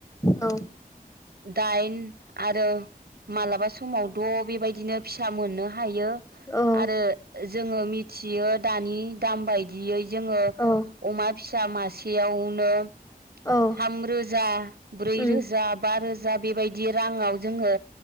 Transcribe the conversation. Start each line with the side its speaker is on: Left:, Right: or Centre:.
Left: औ
Right: दाइन आरो मालाबा समावथ' बेबायदिनो फिसा मोनो हायो
Left: औ
Right: आरो जोङो मिथियो दानि दाम बियै जोङो
Left: औ
Right: अमा फिसा मासेयावनो
Left: औ
Right: थाम रोजा ब्रै
Left: उम
Right: रोजा बा रोज जा बेबायदि राङाव जोङो